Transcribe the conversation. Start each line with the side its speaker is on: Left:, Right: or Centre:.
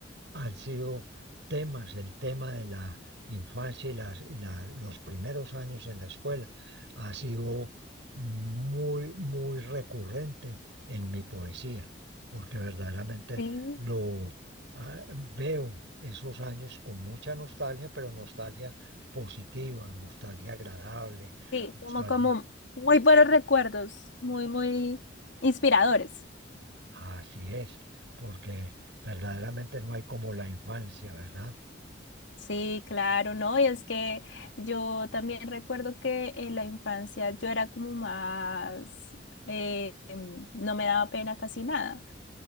Right: han sido temas, el tema de la infancia y, las- y la- los primeros años en la escuela ha sido muy, muy recurrente en mi poesía, porque verdaderamente
Left: Sí,
Right: lo ah, veo esos años con mucha nostalgia, pero nostalgia positiva, nostalgia agradable,
Left: sí,
Right: nostalgia.
Left: como, como muy buenos recuerdos, muy, muy inspiradores.
Right: Así es, porque verdaderamente no hay como la infancia, ¿verdad?
Left: Sí, claro, ¿no? Y es que yo también recuerdo que en la infancia yo era como más, eh, em, no me daba pena casi nada.